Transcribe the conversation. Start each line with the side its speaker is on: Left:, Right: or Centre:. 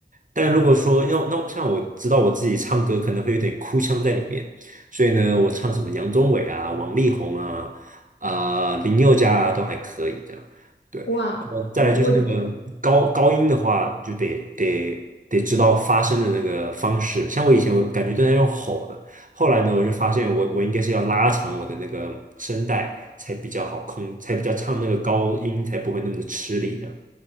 Right: 但如果说要那像我知道我自己唱歌可能会有点哭腔在里面，所以呢，我唱什么杨宗纬啊、王力宏啊、啊、林宥嘉啊都还可以这样。对，
Left: 哇，
Right: 然后再来就是那个高高音的话，
Left: 我我
Right: 就得得得知道发声的那个方式。像我以前我感觉都在用吼的，后来呢，我就发现我我应该是要拉长我的那个声带才比较好控，才比较唱那个高音才不会那么的吃力这样。